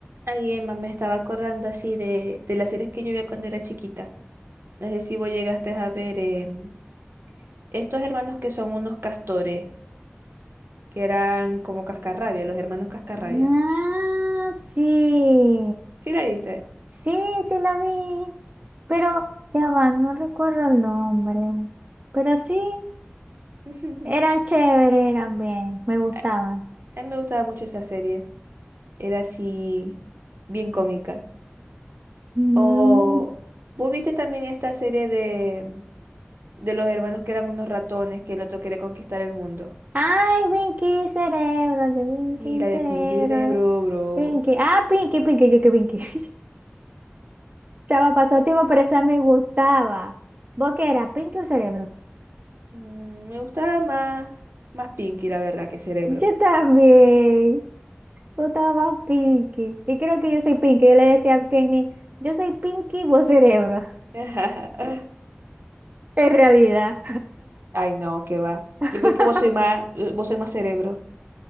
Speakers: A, on the right; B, on the right.
A: Ay, Emma, me estaba acordando así de, de las series que yo veía cuando era chiquita. No sé si vos llegaste a ver em, estos hermanos que son unos castores, que eran como cascarrabia, los hermanos cascarrabia.
B: Ah, sí.
A: ¿Sí la viste?
B: Sí, sí la vi. Pero, ya va, no recuerdo el nombre. Pero sí,
A: <laughs>
B: eran chéveres, eran bien, me gustaban.
A: A a mí me gustaba mucho esa serie. Era así, bien cómica.
B: Mm.
A: O vos viste también esta serie de, de los hermanos que eran unos ratones, que el otro quería conquistar el mundo.
B: Ay, Pinky Cerebro, que Pinky
A: Y la
B: Cerebro.
A: de Pinky Cerebro, bro.
B: Pinky. Ah, Pinky, Pinky, yo que Pinky. <laughs> Chava, pasó tiempo, pero esa me gustaba. ¿Vos qué era? ¿Pinky o Cerebro?
A: Mm, me gustaba más, más Pinky, la verdad, que Cerebro.
B: Yo también. Tú estabas Pinky. Y creo que yo soy Pinky. Yo le decía a Kenny, yo soy Pinky, vos cerebro.
A: <laughs>
B: En realidad.
A: Ay, no, qué va.
B: <laughs>
A: Yo creo que vos soy más, eh, vos soy más cerebro.